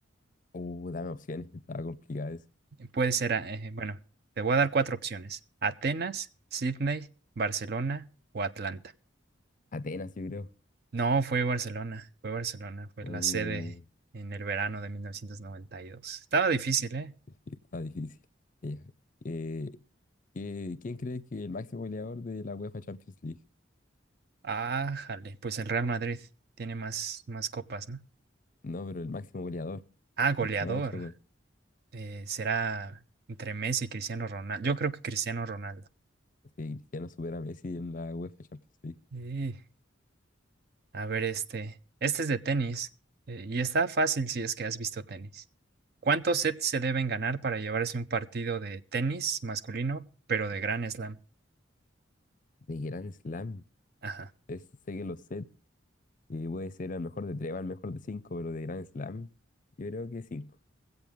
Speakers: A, on the left; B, on the right.
A: Uh, dame opciones, estaba complicado eso.
B: Puede ser, eh, bueno, te voy a dar cuatro opciones. Atenas, Sydney, Barcelona o Atlanta.
A: Atenas, yo creo.
B: No, fue Barcelona, fue Barcelona, fue
A: Uh,
B: la sede en el verano de 1992. Estaba difícil, ¿eh?
A: está difícil. Ya. Eh, ¿qué- ¿quién cree que el máximo goleador de la UEFA Champions League?
B: Ah, jale, pues el Real Madrid tiene más, más copas, ¿no?
A: No, pero el máximo goleador,
B: Ah, goleador.
A: el que más ha hecho gol.
B: Eh, será entre Messi y Cristiano Ronaldo. Yo creo que Cristiano Ronaldo.
A: Sí, Cristiano supera a Messi en la UEFA Champions League.
B: Sí. A ver, este. Este es de tenis. eh, y está fácil si es que has visto tenis. ¿Cuántos sets se deben ganar para llevarse un partido de tenis masculino, pero de Grand Slam?
A: De Grand Slam.
B: Ajá.
A: Es- sé que lo sé Y puede ser al mejor de tres, al mejor de cinco, pero de Grand Slam, yo creo que cinco.